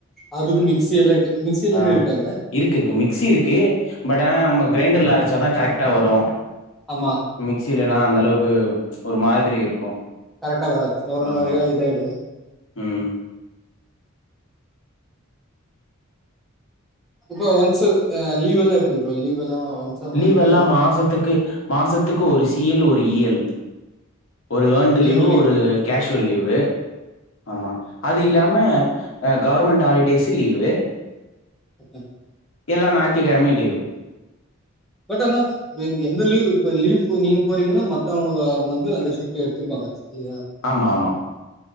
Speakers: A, in the centre; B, on the left.
A: அதுக்கு மிக்சி எல்லா இக்கு மிக்சி எல்லாமே
B: ஆ
A: இருக்கா அங்க
B: இருக்கு இருக்கு மிக்சி இருக்கு பட் ஆனா நம்ம க்ரைண்டர்ல அரச்சாதா கரெக்டா வரு
A: அம்மா
B: மிக்சிலெல்லா அந்த அளவுக்கு ஒரு மாத்ரி இருக்கு
A: கரெக்டா வராது‌ நொற
B: ஆமா
A: நொறயா இதாயிடு
B: ம்
A: இப்ப ஒன்ஸ்சு அ லீவ் எல்லா எப்டிபா‌‌ லீவ் எல்லா ஒன்ஸ் அ மந்த்
B: லீவ் எல்லா மாசத்துக்கு மாசத்துக்கு ஒரு சீ எல் ஒரு ஈ எல் ஒரு
A: ஓகே
B: யேண்டு்
A: ஏர்ன்டு
B: லீவு ஒரு கேஷுவல் லீவு ஆமா அது இல்லா அ கவர்மெண்ட் ஹாலிடேஸ்சு லீவு
A: <inaudible>
B: எல்ல ஞாயத்துக்கிழமையு லீவு
A: போட்டனா இப்ப எந்த லீவ் இப்ப லீவ்கு நீங்க போறீங்கனா மத்தவங்க அங்க வந்து அந்த ஷிப்ட்ட எடுத்தப்பாங்க இல்லயா
B: ஆமா ஆமா